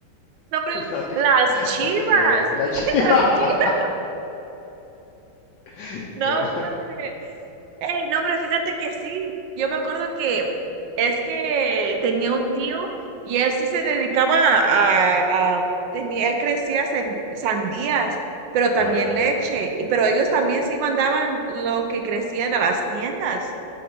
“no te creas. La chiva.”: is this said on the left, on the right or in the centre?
Left